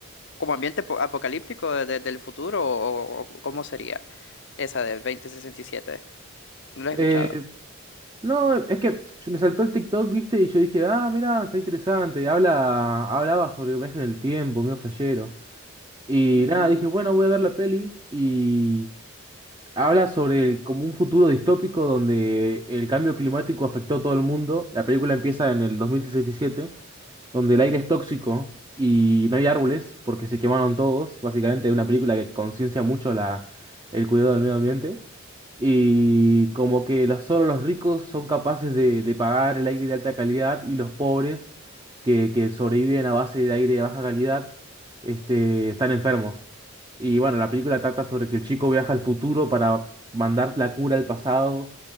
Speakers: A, on the left; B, on the right.
A: como ambiente po- apocalíptico de- de- del futuro, o, o cómo sería esa de 2067. No lo
B: Eh,
A: he escuchado.
B: no, es que yo me saltó el TikTok, ¿viste? Y yo dije, ah, mira, está interesante. Habla, hablaba sobre viaje en el tiempo, medio flashero. Y
A: Ujú.
B: nada, dije, bueno, voy a ver la peli y habla sobre el- como un futuro distópico donde el cambio climático afectó a todo el mundo. La película empieza en el 2067 donde el aire es tóxico y no hay árboles porque se quemaron todos. Básicamente es una película que conciencia mucho la, el cuidado del medio ambiente. Y como que los- solo los ricos son capaces de, de pagar el aire de alta calidad y los pobres que, que sobreviven a base de aire de baja calidad este, están enfermos. Y bueno, la película trata sobre que el chico viaja al futuro para mandar la cura al pasado.